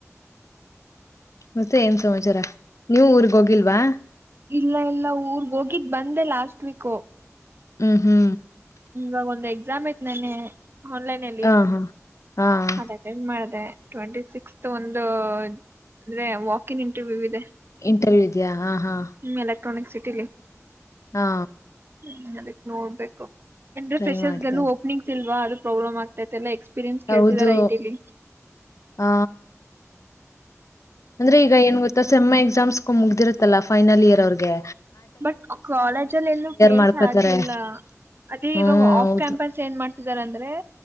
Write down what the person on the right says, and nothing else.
ಇಲ್ಲ ಇಲ್ಲ ಊರ್ ಹೋಗಿದ ಬಂದೆ ಲಾಸ್ಟ್ ವೀಕ್
ಇವಾಗ ಒಂದ್ ಎಕ್ಸಾಮ್ ಐತ್ ನನೆ ಆನ್ಲೈನ್ಲ್ಲಿ
ಅದಾದನ್ ಮಾಡಿದೆ ಟ್ವೆಂಟಿ ಸಿಕ್ಸ್ತ್ ಒಂದು ಅಂದ್ರೆ ವಾಕ ಇನ್ ಇಂಟರ್ವ್ಯೂ ಇದೆ
ಹ್ಮ್ ಎಲೆಕ್ಟ್ರಾನಿಕ್ ಸಿಟಿಗೆ
ಹ್ಮ್ ಅದಕ್ ನೋಡ್ಬೇಕು ಎಂದ್ರೆ
ಫ್ರೆಷರ್ಸ್
ಲ್ಲೂ ಓಪನಿಂಗ್ಸ್ ಇಲ್ವಾ ಅದ ಪ್ರಾಬ್ಲಮ್ ಆಗ್ತತೆ ಎಲ್ಲಾ ಎಕ್ಸ್ಪೀರಿಯನ್ಸ್ ಕೇಳ್ತಾರ
ಐಟಿಲಿ
ಬಟ್ ಕಾಲೇಜಲ್ಲಿ ಎಲ್ಲೂ ಪ್ಲೇಸ್
ಆಗ್ಲಿಲ್ಲ ಅದೇ
ಇವಾಗ ಆಫ್
ಕ್ಯಾಂಪಸ್ ಏನ್ ಮಾಡ್ತಿದಾರ ಅಂದ್ರೆ